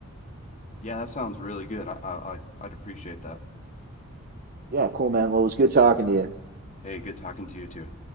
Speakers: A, on the left; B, on the right.
A: Yeah, that sounds really good. I, I I'd appreciate that.
B: Yeah, cool, man. Well, it was good talking to you.
A: Hey, good talking to you too.